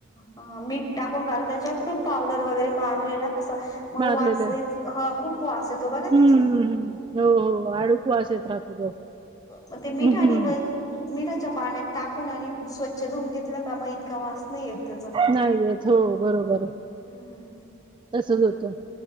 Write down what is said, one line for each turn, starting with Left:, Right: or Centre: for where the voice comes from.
Left: ह मीठ टाकून काढून त्याच्याव खूप पावडर वगैरे माकलेला अस म
Right: मारलेल्या
Left: वास येत ह खूप वास येतो बघा
Right: हं,
Left: तिच
Right: हं, हं. हो, हो. आळूक वास येत राहतो तो.
Left: म ते मीठ
Right: हं,
Left: आणि
Right: हं.
Left: म मिठाच्या पाण्यात टाकून आणि स्वच्छ धुऊून घेतलं का म इतका वास नाही येत. त्याचा
Right: नाही येत हो बरोबर
Left: हम्म
Right: तसच होतं